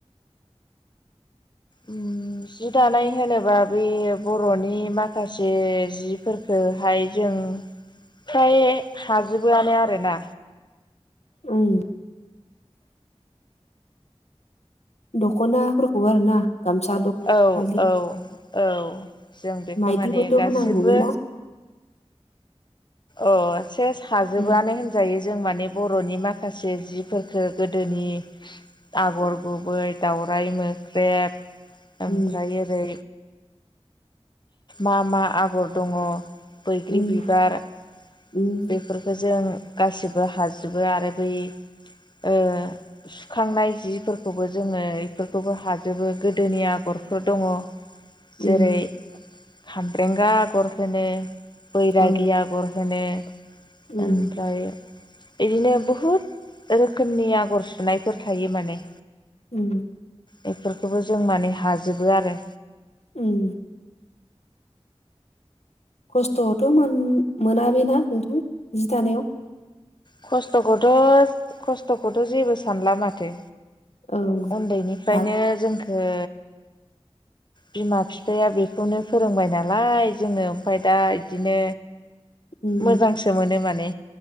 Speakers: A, on the left (about 45°); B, on the left (about 80°).
A: उम जि दानाय होनोबा बे बर'नि माखासे जिफोरखोहाय जों फ्राय हाजोबोआनो आरोना
B: उम दख'नाफोर खौ आरोना गामसा दख'ना,
A: औ
B: फालि
A: औ औ जों बेखौ
B: माइदिबोथ'
A: माने गासिबो
B: होनांगौबे ना? <inaudible>
A: अ एसे साजोबोआनो
B: उम
A: होनजायो जों माने बर'नि माखासे जिफोरखो गोदोनि आगर गुबै दाावराइ मोख्रेब,
B: उम
A: ओमफ्राय ओरै मा मा आगर दङ बैग्रि
B: उम
A: बिबार
B: उम
A: बेफोरखौ जों गासिबो हाजोबो आरो बै ओ सुखांनाय जिफोरखौबो जोङो इफोरखौबो हाजोबो। गोदोनि आग रफोर दङ जेरै
B: उम
A: खामब्रेंगा आगर होनो बैरागि
B: औ
A: आगर होनो
B: उम
A: ओमफ्राय बिदिनो बहुद रोखोमनि आगर सुनायफोर थायो माने
B: उम
A: बेफोरखौबो जों माने हाजोबो आरो।
B: उम खस्थ'थ' मोनाबिना नोंथां जि दानायाव?
A: खस्थ'खौथ' खस्थ'खौथ' जेबो सानला माथो
B: औ
A: उन्दैनिफ्रायनो
B: दा
A: जोंखो बिमा बिफाया बेखौनो फोरोंबाय नालाय जोङो ओमफ्राय दा इदिनो
B: उम
A: मोजांसो मोनो माने।